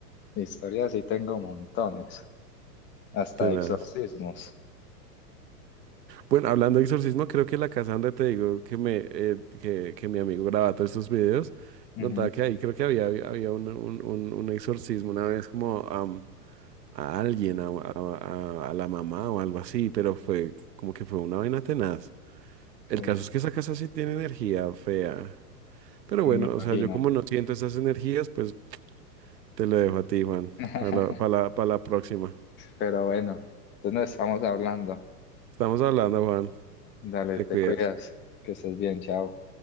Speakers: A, on the left; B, on the right.
A: y historias sí tengo montones, hasta
B: Tenaz.
A: exorcismos.
B: Bueno, hablando de exorcismo, creo que la casa donde te digo que me eh, que, que mi amigo grababa todos estos videos,
A: Ujú.
B: me contaba que ahí creo que había, había había un, un, un- un exorcismo una vez como am, a alguien, a, a- a- a la mamá o algo así, pero fue como que fue una vaina tenaz. El
A: Uy,
B: caso es que esa casa sí tiene energía fea. Pero
A: me
B: bueno,
A: imagino.
B: o sea, yo como no siento esas energías, pues te lo dejo a ti, Juan,
A: <laughs>
B: para la, para la, para la próxima.
A: Pero bueno, entonces nos estamos hablando.
B: Estamos hablando, Juan,
A: Dale,
B: te
A: te
B: cuidas.
A: cuidas, que estés bien, chao.